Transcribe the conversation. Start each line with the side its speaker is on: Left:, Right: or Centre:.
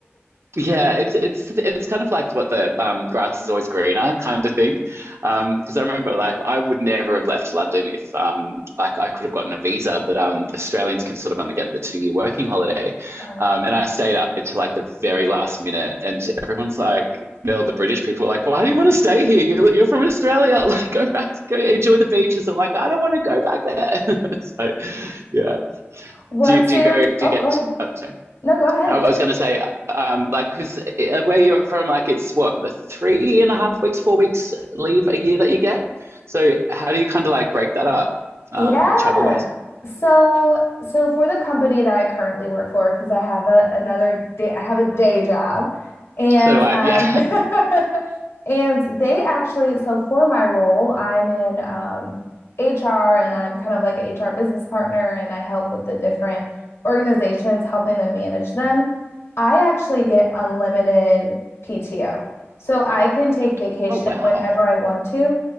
Right: Yeah, it's it's it's kind of like what the um, grass is always greener kind of thing. Because um, I remember, like, I would never have left London if um, like I could have gotten a visa, but um, Australians can sort of only get the two-year working holiday.
Left: Oh,
Right: Um, and I stayed up until like the very last minute, and everyone's like, "No, the British people are like, why do you want to stay here? You're, you're from Australia. <laughs> Like, go back, go enjoy the beaches." I'm like, "I don't want to go back there." <laughs> so, yeah.
Left: what's
Right: Do do
Left: your,
Right: you go? Do
Left: oh,
Right: you get?
Left: go ahead.
Right: Oh, sorry.
Left: No, go ahead.
Right: I was going to say, um, like, because where you're from, like, it's what three and a half weeks, four weeks leave a year that you get. So how do you kind of like break that up, um,
Left: Yeah.
Right: travel wise?
Left: So, so for the company that I currently work for, because I have a another day, I have a day job, and
Right: So do I.
Left: um,
Right: Yeah.
Left: <laughs> And they actually, so for my role, I'm in um, HR and I'm kind of like an HR business partner and I help with the different organizations, helping them manage them. I actually get unlimited PTO. So I can take vacation
Right: <laughs> oh wow,
Left: whenever I want to.